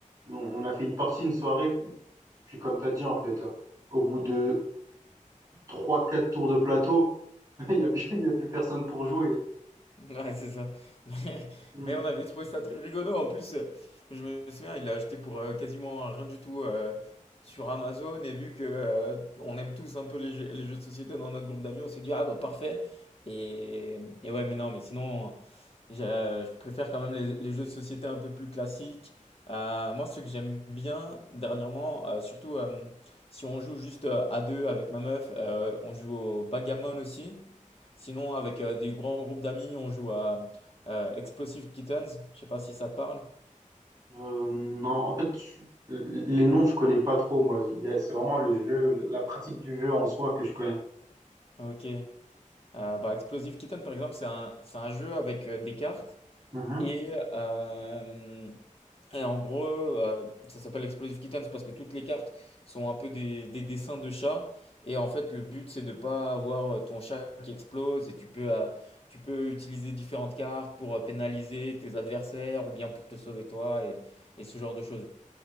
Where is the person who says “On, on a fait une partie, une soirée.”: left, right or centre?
Right